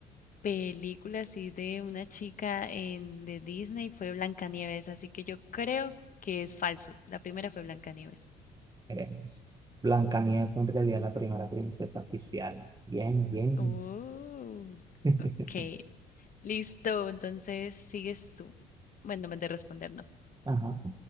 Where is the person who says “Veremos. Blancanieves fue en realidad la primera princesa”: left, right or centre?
Right